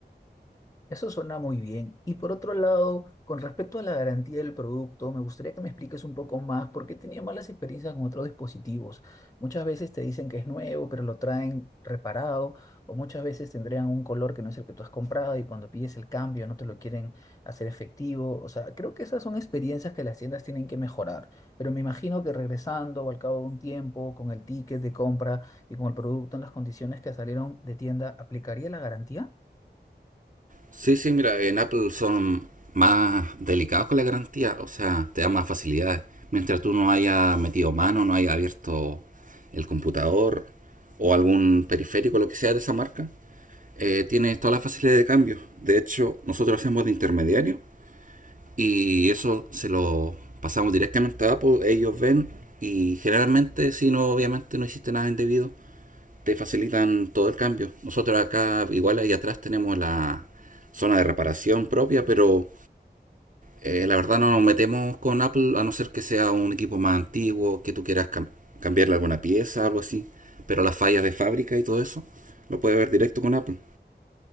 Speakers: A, on the left; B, on the right.
A: Eso suena muy bien. Y por otro lado, con respecto a la garantía del producto, me gustaría que me expliques un poco más por qué tenía malas experiencias con otros dispositivos. Muchas veces te dicen que es nuevo, pero lo traen reparado, o muchas veces tendrían un color que no es el que tú has comprado y cuando pides el cambio no te lo quieren hacer efectivo. O sea, creo que esas son experiencias que las tiendas tienen que mejorar. Pero me imagino que regresando o al cabo de un tiempo, con el ticket de compra y con el producto en las condiciones que salieron de tienda, ¿aplicaría la garantía?
B: Sí, sí, mira, en Apple son más delicados con la garantía, o sea, te dan más facilidades. Mientras tú no hayas metido mano, no hayas abierto el computador o algún periférico, lo que sea de esa marca, eh, tienes toda la facilidad de cambio. De hecho, nosotros hacemos de intermediario y eso se lo pasamos directamente a Apple, ellos ven y generalmente si no, obviamente no hiciste nada indebido, te facilitan todo el cambio. Nosotros acá, igual ahí atrás, tenemos la zona de reparación propia, pero eh, la verdad no nos metemos con Apple a no ser que sea un equipo más antiguo, que tú quieras cam cambiarle alguna pieza, algo así. Pero las fallas de fábrica y todo eso, lo puedes ver directo con Apple.